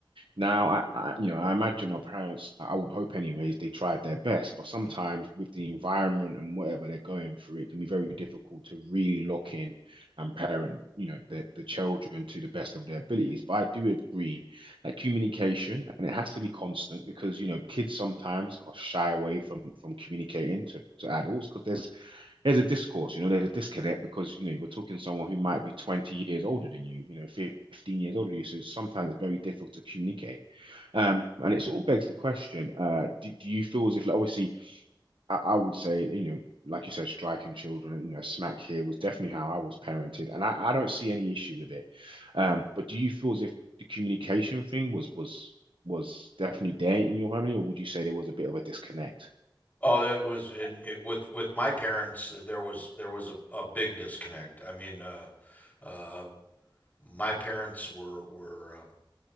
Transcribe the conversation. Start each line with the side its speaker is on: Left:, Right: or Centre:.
Right: Now, I, I, you know, I imagine our parents, I I would hope anyways, they tried their best, but sometimes with the environment and whatever they're going through, it can be very difficult to really lock in and parent, you know, the, the children to the best of their abilities. But I do agree that communication, and it has to be constant because, you know, kids sometimes are shy away from from communicating to, to adults because there's there's a discourse, you know, there's a disconnect because, you know, you're talking to someone who might be 20 years older than you, you know, 15 years older than you. So sometimes it's very difficult to communicate. Um, and it sort of begs the question, uh, do, do you feel as if, like, obviously, I, I would say, you know, like you said, striking children, you know, smack here was definitely how I was parented, and I, I don't see any issue with it. Um, but do you feel as if the communication thing was was was definitely there in your family, or would you say there was a bit of a disconnect?
Left: Oh, it was in it, with with my parents. uh, There was there was a, a big disconnect. I mean, uh, uh, my parents were were